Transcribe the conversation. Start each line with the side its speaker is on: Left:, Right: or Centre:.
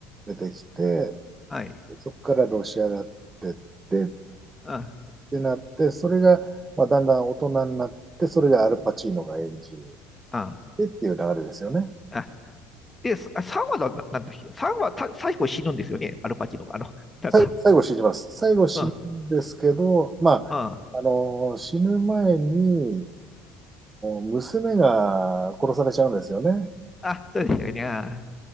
Right: 出てきて、
Left: はい。
Right: そこからロシアがってって、っ
Left: あ、
Right: てなって、それが、まあ、だんだん大人になって、それがアルパチーノが演じる
Left: あ、
Right: でっていう流れですよね。
Left: あ。で、3話だ、なんっけ ?3 話最後死ぬんですよね、アルパチーノが。あの、なんか、
Right: 最最後死にます。最後死ぬんですけど、
Left: うん、うん、
Right: ま
Left: あ、
Right: あ、あの、死ぬ前に、娘が殺されちゃうんですよね。
Left: そうでしたよね。あ、